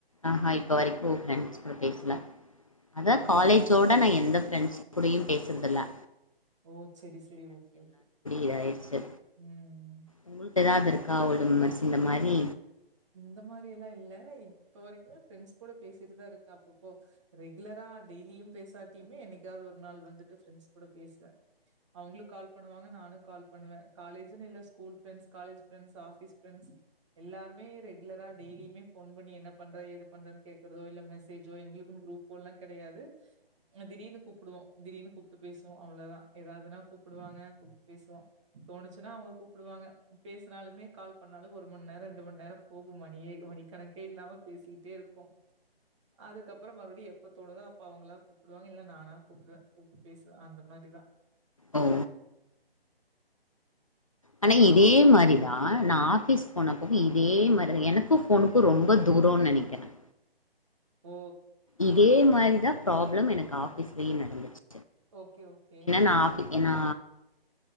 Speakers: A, on the left; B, on the right.
A: ஆஹா ஹய் பவர்இப்ப வரைக்கும் ஓ பிரெண்ட கூட பேசல அதான்
B: பரவால்ல.
A: காலேஜோட
B: ம்.
A: நான் எந்த ஃப்ரெண்ட்ஸ் கூடுயும் பேசுறதலா
B: ஓ சரி சரி ஓகே ஓகே
A: இதாயிடுச்சு
B: உம்உம்
A: உங்களுக்கு ஏதாவது இருக்கா அவ்வளவு விமர்சி இந்த மாதிரி
B: இந்த மாதிரி எல்லாம் இல்ல இப்ப வரைக்குமே பிரண்ஸ் கூட பேசிட்டுதான் இருக்கு அப்பப்போ ரெகுலரா டெய்லியும் பேசாட்டுமே என்னைக்காவது ஒரு நாள் வந்துட்டு இண்னைக் கூட பேசுவேன் அவங்களும் கால் பண்ணுவாங்க நானும் கால் பண்ணுவேன் காலேஜனு இல்ல ஸ்கூல் காஜ்பஸ் எல்லார இப்பவுமே ரெகுலரா டெய்லியுே போன் பண்ணி என்ன பண்றது பண்ற கேக்குறதோ இல்ல மெசேஜோ எங்களுக்கு குரூப்போ எல்லாம் கிடையாது திடீனு கூப்பிடுவோம் திடீர்னு கூப்பிட்டு பேசுவோம் அவ்ளோதான் ஏதாவதுனா கூப்பிடுவாங்க கூப்பிட்டு பேசுவ தோணுச்சுன்னா அவங்க கூப்பிடுவாங்க பேசனாலுமே கால் பண்ணாலும் ஒரு மணி நேரம் இரண்டு மணி நேரம் போகும் மணியே மணிக்கணக்கே இல்லாம பேசிக்கிட்டே இருப்போம் அதுக்கப்புறம் மறுபடியும் எப்ப தோணுதோ அப்ப அவங்களா கூப்பிடுவாங்க இல்ல நானா கூப்பிடுவேன் கூப்பிட்டு பேசுவேன் அந்த மாதிரிதான்
A: ஓ ஆனா இதே மாதிரிதான் நான் ஆபீஸ் போன போக இதே மாதிரி எனக்கும் போனுக்கும் ரொம்ப தூரம்னு நினைக்கிறேன்
B: ஓ
A: இதே மாதிரி தான் ப்ராப்ளம் எனக்கு ஆபீஸ் இப்பவே நடந்துச்சு
B: ஓகே ஓகே
A: நா ஆஃபி ஏன்னா